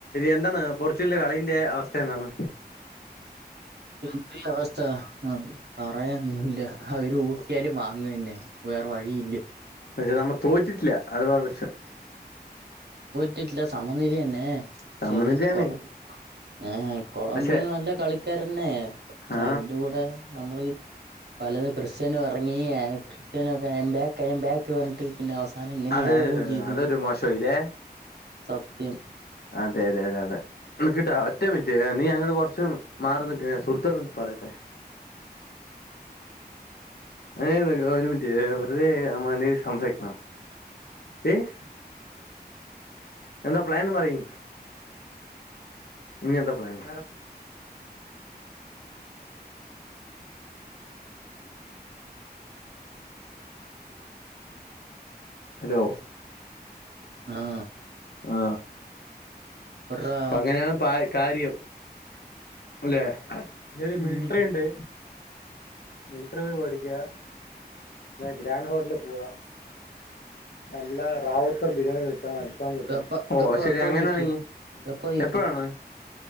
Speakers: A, on the left; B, on the right.
A: എന്താണ് പോർച്ചുഗലിന്റെ കളീന്റെ അവസ്ഥ എന്താണ്?
B: എന്തായി അവസ്ഥ ആഹ് പറയാനൊന്നുല്ല അവര് <unintelligible> യാലും വാങ്ങന്നെ. വേറെ വഴി ഇല്ല.
A: പക്ഷെ നമ്മ തോറ്റിട്ടില്ല അതു വേറെ വിഷയം
B: റ്റിട്ടില്ല സമനില തന്നെ പക്ഷേ
A: സമനിലയാണ്
B: കൊള ആഹ് കൊളംബിയ
A: പക്ഷെ
B: നല്ല കളിക്കാരന്നെ, പക്ഷെ
A: ആ
B: അവര്ടെ കൂടെ നമ്മള് പലത് ക്രിസ്ത്യാനോ എറങ്ങി <unintelligible> ക്രിസ്ത്യാനോ കെയിം ബാക്ക് കെയിം ബാക്കെന്ന് പറഞ്ഞിട്ട്. പിന്നെ അവസാനം ഇങ്ങനെയാകുകയും
A: അത്
B: ചെയ്തു
A: അതൊരു മോശോ ആയീലേ
B: സത്യം
A: അതെ അതെ അതെ നിക്ക്ട്ടാ ഒറ്റ മിനിറ്റ് നീ അങ്ങട് കൊറച്ച് മാറി നിക്ക് <unintelligible> ഏട്ടനോട് പറയട്ടെ. ഏ ഒരു മിനിറ്റ് അതെ നമ്മ സംസാരിക്കണം ഏയ് എന്താ പ്ലാന് പറയ് ഇനി എന്താ പ്ലാന് ഹലോ
B: ആ
A: ആ
B: ഒറാ
A: അപ്പൊ അങ്ങനെയാണ് പ കാര്യം അല്ലെ ഒരു
B: ഉം
A: മിലിട്ടറി ഉണ്ട്. മിലിട്ടറി മേടിക്കാ ഗ്രാൻഡ് ഹോട്ടലി പോവാ നല്ല റാവൂത്തർ ബിരിയാണി കി അൽഫാം കിട്ടും.
B: എപ്പ
A: ഓ
B: എപ്പ
A: ശരി
B: എപ്പ
A: അങ്ങനെയാണെങ്കി
B: ചോയ്ക്ക് എപ്പ ചോയ്ക്ക്
A: എപ്പഴാണ്